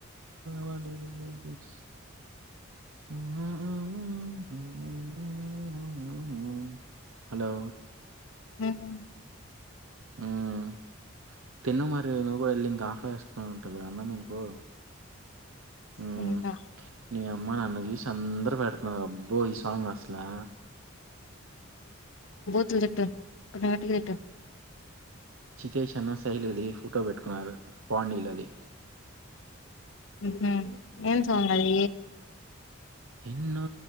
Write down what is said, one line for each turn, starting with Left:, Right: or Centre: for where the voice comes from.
Right: వాడు <unintelligible> <unintelligible> హలో
Left: ఉమ్
Right: ఊమ్ తిన్ను మరి నువ్ కూడా వెళ్లి ఇంకా ఆకలి ఏస్తా వ్ గ అన్నమ్ తినుపో ఉమ్
Left: తింటా
Right: నీ అమ్మా నన్ను చూసి అందరు పెడుతన్నరూ ఆబ్బో ఈ సాంగ్ అస్లా
Left: తులు తిట్టు <unintelligible>
Right: చితేష్ అన్న శైలుది ఫోటో పెట్టుకున్నారు పాండిలది
Left: ఊహు ఏం సంగది
Right: ఎన్నో